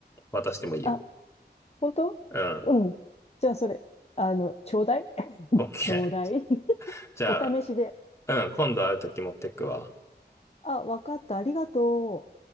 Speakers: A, on the left; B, on the left.
A: 渡してもいいよ。
B: あ、本当うん。
A: うん。
B: じゃあ、それ、あの、ちょうだい <laughs>
A: オッケー。
B: ちょうだい <laughs>
A: じゃあ、
B: お試しで。
A: うん、今度会うとき持ってくわ。
B: あ、わかった。ありがとう。